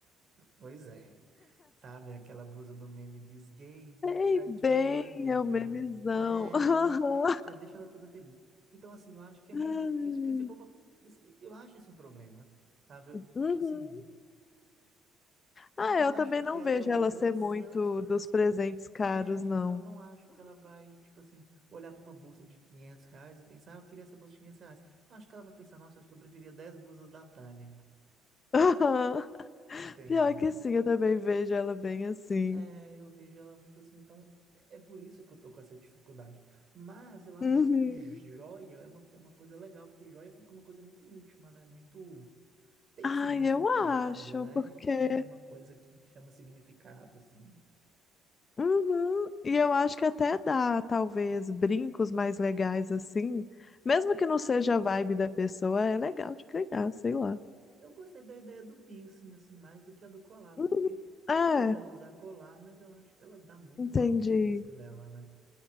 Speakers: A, on the right; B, on the left.
A: Pois é. Sabe aquela blusa do meme These gays, they
B: Ei,
A: try
B: bem,
A: to murder
B: é
A: me.
B: o memezão.
A: É,
B: <laughs>
A: já deixa ela toda feliz. Então, assim, eu acho que é meio
B: Aham.
A: difícil, porque se for
B: Ai.
A: pra- eu acho isso um problema, sabe? Eu,
B: Uhum.
A: tipo assim, eu
B: Ah,
A: não acho
B: eu também
A: que
B: não
A: ela
B: vejo
A: usa.
B: ela ser muito dos presentes caros,
A: É,
B: não.
A: eu não acho que ela vai, tipo assim, olhar para uma bolsa de 500 reais e pensar, ah, eu queria essa bolsa de 500 reais. Não, acho que ela vai pensar, nossa, acho que eu preferia 10 blusas da Tânia.
B: <laughs> Aham.
A: Entendeu?
B: Pior que sim, eu também vejo ela bem assim.
A: É, eu vejo ela muito assim, então é por isso que eu tô com essa dificuldade. Mas eu acho
B: Uhum.
A: que joia é uma, é uma coisa legal, porque joia fica uma coisa muito íntima, né? Muito. Tem
B: Ai,
A: um significado,
B: eu acho,
A: né?
B: porque
A: Tem uma coisa que chama significado, assim.
B: Uhum. E eu acho que até dá, talvez, brincos mais legais assim. Mesmo que não seja a vibe da pessoa, é legal de criar, sei lá.
A: É, Eu gostei da ideia do piercing, assim, mais do que a do colar,
B: Uhum.
A: porque eu
B: É,
A: não vejo ela usar colar, mas eu acho que ela dá muito
B: entendi.
A: valor para os piercings dela, né?